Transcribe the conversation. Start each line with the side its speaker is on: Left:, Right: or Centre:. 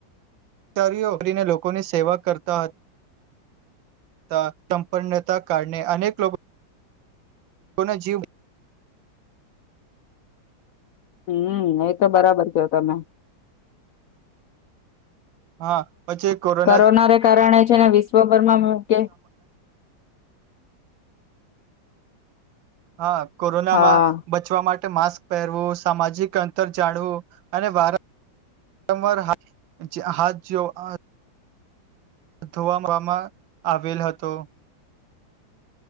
Right: ચારીઓ <unintelligible> રીને લોકોની સેવા કરતા હતા, સંપન્નતા કારણે અનેક લો કોનો જીવ
Left: હમ્મ, એ તો બરાબર ક્યો તમે.
Right: હા, પછી એ કોરોના
Left: કોરોનાને કારણે છે ને વિસ્ વિશ્વભર્મા કે
Right: હા. કોરોનામાં
Left: હા
Right: બચવા માટ માસ્ક પહેરવું, સામાજિક અંતર જાણવું, અને વાર રંવાર હાથ હાથ જોઅ ધોવામાં મા આવેલ હતો